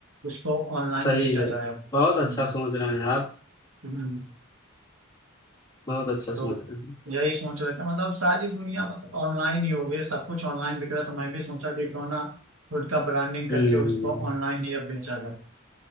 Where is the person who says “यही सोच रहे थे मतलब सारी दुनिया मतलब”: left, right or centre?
Right